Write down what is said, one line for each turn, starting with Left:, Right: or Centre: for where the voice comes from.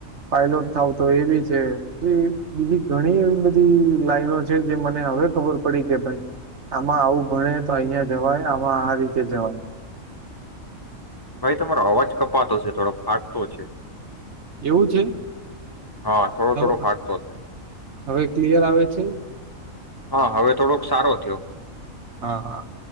Right: પાયલોટ થાવ તો એ બી છે, એ બીજી ઘણી એવી બધી લાઈનો છે, જે મને હવે ખબર પડી કે ભાઈ આમાં આવું ભણે તો અહં જવાય આમાં આ રીતે જવાય.
Left: ભાઈ તમારો અવાજ કપાતો છે થોડો ફાકતો છે.
Right: એવું છે?
Left: હા થોડો
Right: હ
Left: થોડો ફાટતો છે
Right: હવે ક્લિયર આવે છે?
Left: હા હવે થોડોક સારો થયો.
Right: હાા